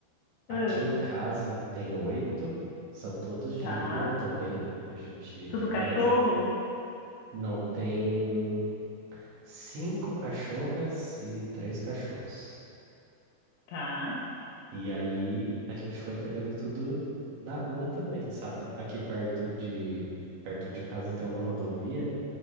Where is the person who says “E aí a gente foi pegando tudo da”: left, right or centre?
Right